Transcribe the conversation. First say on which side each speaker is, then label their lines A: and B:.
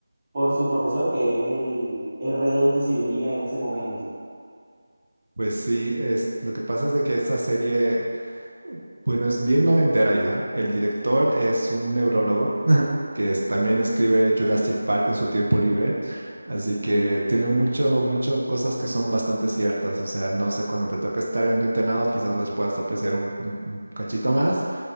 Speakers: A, on the right; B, on the right.
A: por su profesor, que es el R2 de cirugía en ese momento.
B: Pues sí, es, lo que pasa es de que esta serie, bueno, es bien noventera ya. El director es un neurólogo que es- también escribe Jurassic Park en su tiempo libre. Así que tiene mucho, mucho cosas que son bastante ciertas. O sea, no sé, cuando te toca estar en tu internado, quizás las puedas apreciar un, un- un cachito más.